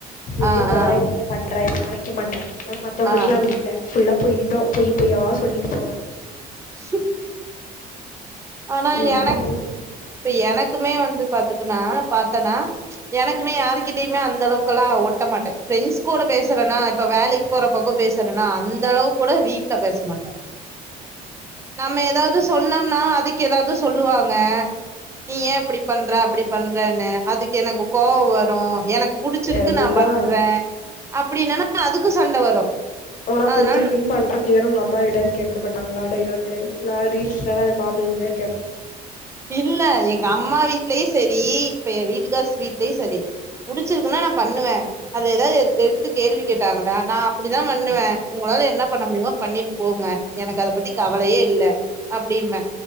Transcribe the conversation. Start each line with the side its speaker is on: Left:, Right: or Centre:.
Left: எங்க
Right: ஆ
Left: போற
Right: ஆ
Left: என்ன பண்றேனு மறைக்க மாட்டே ஆனா மத்தவங்களுக்குலா
Right: ஆ
Left: அப்டி இல்ல ஃபுல்லா பொய்யு தா பொய்யி பொய்யா சொல்லிட்டு போவே
Right: <inaudible> ஆனா
Left: இப்போ
Right: எனக் இப்ப எனக்குமே வந்து பாத்துக்குனா பாத்தனா எனக்குமே யாருகிட்டயுமே அந்தளவுக்குலா ஒட்ட மாட்டே ஃப்ரெண்ட்ஸ் கூட பேசுறனா இப்ப வேலைக் போற பக்கோ பேசுறன்னா அன் இந்த அளவுக்கு கூட வீட்ல பேச மாட்டே நம்ம எதாது சொன்னம்னா அதுக் கெதாது சொல்லுவாங்க நீ ஏன் இப்டி பண்ற அப்டி பண்றனு அதுக்கு எனக்கு கோவோ வரு எனக் புடிச்சுருக்கு
Left: அதுதா
Right: நா பண்றே அப்டி இல்லனா அதுக்கு சண்ட வரு
Left: ஒனக்
Right: அதனால
Left: புடிச்சிருக்குன்னு பண்ற இதென உங்க அம்மா வீடான்னு கேக்க மாட்டாங்களா டைலாக்கு நா ரீல்ஸ் எல்லா இது பாப்பே இப்டி
Right: இல்ல எங்க அம்மா வீட்லயு சரி இப்ப ஏ வீட்டுக்கார் வீட்லயு சரி புடுச்சிருக்குனா நா பண்ணுவே அத எதாது எடுத் எதுத்து கேள்வி கேட்டாங்கனா நா அப்டிதா பண்ணுவே உங்களால என்ன பண்ண முடியு பண்ணிட்டு போங்க எனக்கு அத பத்தி கவலையே இல்ல அப்டிம்பே